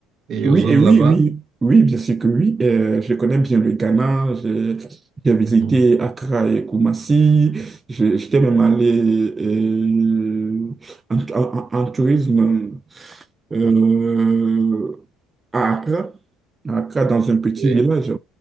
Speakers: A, on the right; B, on the right.
A: et
B: Oui,
A: aux zones
B: et oui,
A: là-bas?
B: oui, oui, bien sûr que oui. Euh, je connais bien le Ghana. J'ai j'ai visité
A: Mhm.
B: Accra et Koumassi. Je- J'étais même allé euh, en, en- en- en tourisme. euh, à Accra, à Accra, dans un petit
A: Oui,
B: village.